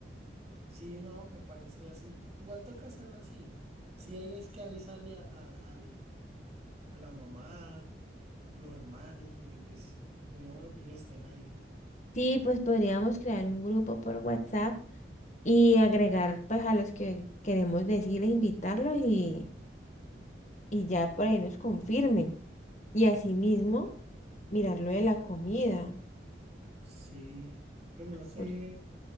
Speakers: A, on the right (about 35°); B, on the left (about 40°).
A: Sí, no, me parece así. Igual toca hacerla así. Sí, hay es que avisarle a, al- al- a la mamá, a los hermanos, porque pues sería bueno que ellos estén ahí.
B: Sí, pues podríamos crear un grupo por WhatsApp y agregar pues a los que queremos decirles, invitarlos y, y ya por ahí nos confirmen. Y asimismo, mirar lo de la comida.
A: Sí, pues no sé,
B: por-